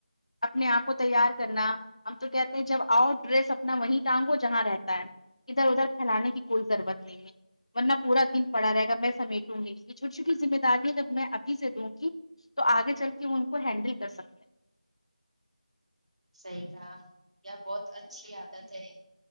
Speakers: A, on the left; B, on the right.
A: اپنے آپ کو تیار کرنا ہم تو کہتے ہیں جب آؤ ڈریس اپنا وہیں ٹانگو جہاں رہتا ہے ادھر ادھر پھیلانے کی کوئی ضرورت نہیں ہے ورنہ پورا دن پڑا رہے گا میں سمیٹوں گی نہیں چھوٹی چھو ٹی ذمہ داریاں ہے جب میں ابھی سے دوں گی تو آگے چل کے ان کو ہینڈل کر سکتے ہیں
B: صحیح کہا یہ بہت اچھی عادت ہے